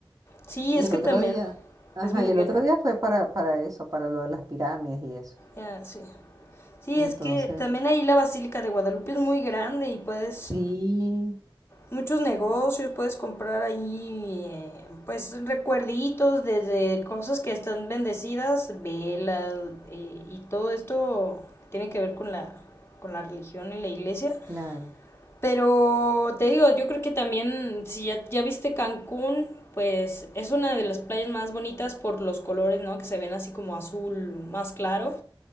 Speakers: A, on the left (about 30°); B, on the right (about 45°).
A: sí,
B: Y
A: es
B: el
A: que
B: otro
A: también.
B: día, ajá,
A: Es muy...
B: y
A: gra-
B: el otro día fue para, para eso, para lo de las pirámides y eso.
A: Ya, sí. Sí,
B: Entonces,
A: es que también ahí la Basílica de Guadalupe es muy grande y puedes...
B: sí,
A: muchos negocios, puedes comprar ahí eh, pues recuerditos desde cosas que están bendecidas, velas eh, y todo esto tiene que ver con la con la religión y la iglesia,
B: claro.
A: pero te digo, yo creo que también si ya, ya viste Cancún, pues es una de las playas más bonitas por los colores, ¿no? Que se ven así como azul más claro.